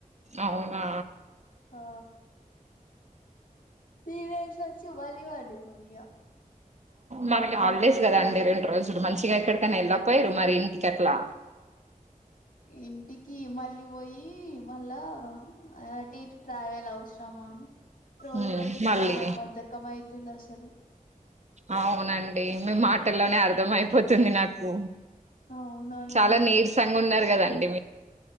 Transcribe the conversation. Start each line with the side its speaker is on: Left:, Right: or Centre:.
Right: అవునా
Left: ఆ ఈ రోజు వచ్చి మళ్లీ పడుకున్నా.
Right: మనకి హాలిడేస్ కదా అండి రెండు రోజులు. మంచిగా ఎక్కడికైనా వెళ్ళపోయారు మరి ఇంటిక అట్లా
Left: ఇంటికి మళ్ళీ పోయి మళ్ళా అటు ఇటు ట్రావెల్ అవుసరమా అని రోజు
Right: ఉమ్,
Left: రోజు
Right: మళ్ళీ
Left: చాలా బద్ధకం అయితుంది అసలు.
Right: అవునండి మీ మాటల్లోనే అర్థం అయిపోతుంది నాకు.
Left: అవునవును
Right: చాలా నీరసంగా ఉన్నారు కదండి మీరు